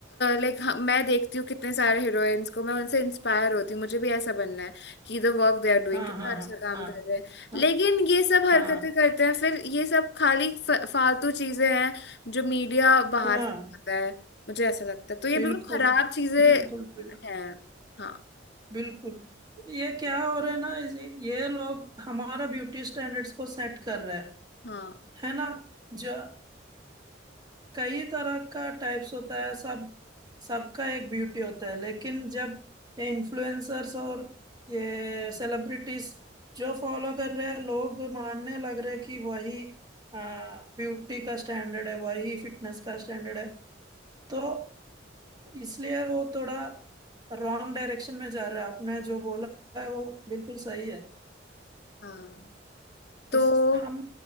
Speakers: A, on the left (about 60°); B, on the right (about 20°).
A: लाइक मैं देखती हूँ कितने सारे हीरोइंस को मैं उनसे इंस्पायर होती हूँ मुझे भी ऐसा बनना है कि the work they are doing
B: हाँ
A: कितना
B: हाँ
A: अच्छा
B: हाँ
A: काम
B: हाँ
A: कर रहे हैं
B: हाँ
A: लेकिन ये सब हरकतें
B: हाँ
A: करते हैं फिर ये सब खाली फ- फालतू चीजें हैं जो मीडिया बाहर
B: हाँ,
A: फैलाता है मुझे ऐसा लगता है तो ये
B: बिल्कुल
A: बिल्कुल खराब चीजें
B: बिल्कुल बिल्कुल
A: हैं हाँ
B: बिल्कुल ये क्या हो रहा है ना इस- ये लोग हमारा ब्यूटी स्टैंडर्ड्स को सेट कर रहे हैं
A: हाँ
B: है ना जो कई तरह का टाइप्स होता है सब सबका एक ब्यूटी होता है लेकिन जब ये इन्फ्लुएंसर्स और ये सेलिब्रिटीज जो फॉलो कर रहे हैं लोग मानने लग रहे हैं कि वही ब्यूटी का स्टैंडर्ड है वही फिटनेस का स्टैंडर्ड है तो इसलिए वो थोड़ा रॉन्ग डायरेक्शन में जा रहा है आपने जो बोला है वो बिल्कुल सही है
A: हाँ तो
B: इस हम